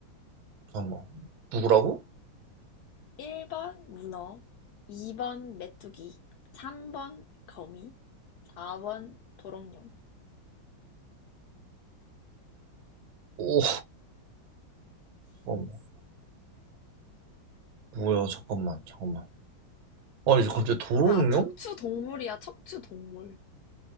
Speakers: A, on the right; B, on the left.
A: 잠깐만. 누구라고?
B: 일 번 문어, 이 번 메뚜기, 삼 번 거미, 사 번 도롱뇽.
A: 오. 잠깐만. 뭐야, 잠깐만. 잠깐만. 어, 이제 갑자기 도롱뇽?
B: 아, 척추동물이야, 척추동물.